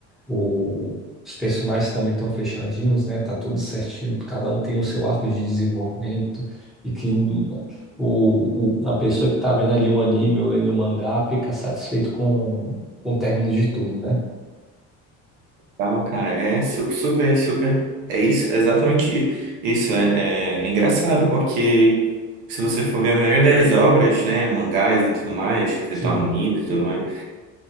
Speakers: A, in the centre; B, on the right.
A: O- os personagens também estão fechadinhos, né? Tá tudo certinho, cada um tem o seu arco de desenvolvimento e que o, o- a pessoa que tá vendo ali um anime ou lendo o mangá fica satisfeito com, com o término de tudo, né?
B: Tal, cara, é su- super, super. É isso, é exatamente isso. É, é, é engraçado, porque se você for ver a maioria das obras, né, mangás e tudo mais, que
A: Sim.
B: se tornam animes e tudo mais.